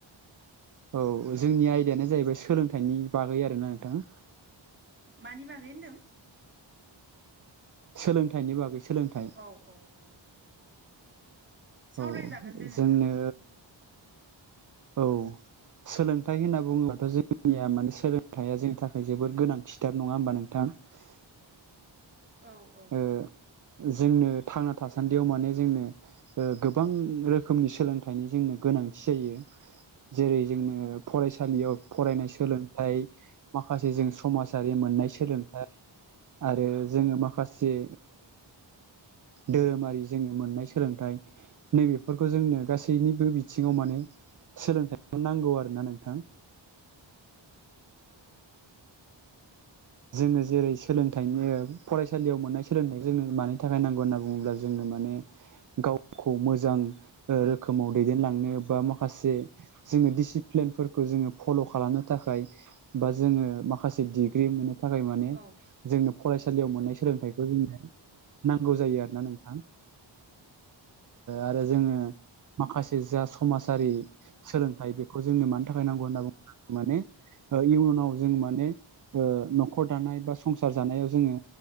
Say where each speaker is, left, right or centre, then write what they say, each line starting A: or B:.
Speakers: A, on the right; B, on the right.
A: औ जोंनि आयदायानो जाहैबाय सोलोंथाइनि बागै आरोना नोंथां।
B: मानि बागै होनदों?
A: सोलोंथाइनि बागै सोलोंथाइ
B: औ औ औ सावरायजागोन
A: औ
B: दे नोंथां
A: जोंनो औ सोलोंथाइ होनना बुङोबाथ' जोंनिया माने सोलोंथाइया जोंनि थाखाय जोबोर गोनांथिथार नङा होमबा नोंथां? <unintelligible>
B: औ औ
A: ओ जोंनो थांना थासान्दियाव माने जोंनो ओ गोबां रोखोमनि सोलोंथाइनि जोंनो गोनांथि जायो। जेरै जोंनो
B: औ
A: फरायसालियाव फरायनाय सोलोंथाइ। माखासे जों समाजारि मोननाय सोलोंथाइ आरो जोङो
B: औ
A: माखासे धोरोमारि जोङो मोननाय सोलोंथाइ नैबेफोरखौ जोंनो गासैनिबो बिथिङाव माने सोलोंथाइखौ नांगौ आरोना नोंथां जोङो जेरै सोलोंथाइनि फरायसालियाव मोननाय सोलोंथाइखौ जोंनो मानि थाखाय नांगौ होनना बुङोब्ला जो माने गावखौ मोजां रोखोमाव दैदेनलांनो बा माखासे जोङो दिडिसिप्लिनफोरखौ जोङो फल' खालामनो थाखाय बा जोङो माखासे डिग्रि मोननो थाखाय माने
B: औ
A: जोंनो फरायसालियाव मोननाय
B: औ
A: सोलोंथाइखौ जोंनो नांगौ जायो आरोना नों हा आरो जोङो माखासे जा समाजारि सोलोंथाइ बे जोंनो मानि थाखाय नांगौ होनना बुङोबा माने इयुनाव जों माने ओ न'खर दानाय बा संसार जानायाव जोङो